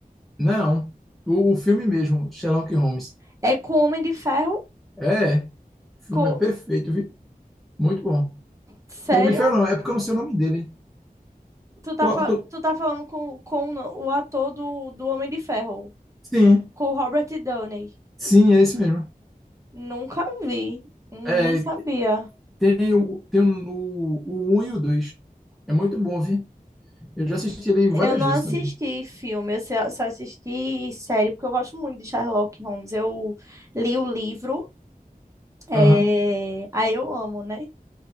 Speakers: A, in the centre; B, on the right (about 20°).
A: Não. O, o filme mesmo, Sherlock Holmes.
B: É com Homem de Ferro,
A: É, o filme
B: com...
A: é perfeito, viu? Muito bom.
B: sério?
A: Com o Homem de Ferro não, é porque eu não sei o nome dele.
B: Tu tá,
A: Qual-
B: fa-
A: tu-
B: tu tá falando com, com o ator do, do Homem de Ferro,
A: Sim,
B: com o Robert Downey.
A: sim, é esse mesmo.
B: Nunca vi, nem
A: É,
B: sabia.
A: tem o, tem um, o, o 1 e o 2. É muito bom, viu? Eu já assisti ele várias
B: Eu não
A: vezes
B: assisti
A: também.
B: filme, eu só só assisti série, porque eu gosto muito de Sherlock Holmes. Eu li o livro, É...
A: Aham.
B: Aí eu amo, né?